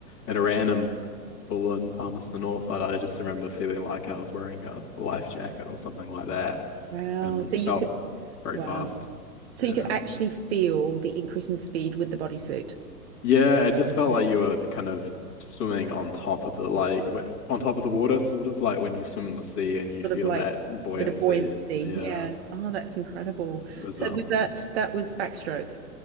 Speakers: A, on the left; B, on the right.
A: in a random pool in Palmerston North. I, I just remember feeling like I was wearing a life jacket or something like that
B: Wow.
A: and
B: So you
A: felt
B: could,
A: very
B: wow.
A: fast.
B: So
A: Yeah.
B: you could actually feel the increase in speed with the bodysuit.
A: Yeah, it just felt
B: Yeah.
A: like you were kind of swimming on top of the like w on top of the water, sort of like when you swim in the sea and you feel
B: Sort of like
A: that buoyancy.
B: a bit of buoyancy.
A: Yeah.
B: Yeah. Oh, that's incredible.
A: It was
B: So
A: um
B: was that, that was backstroke?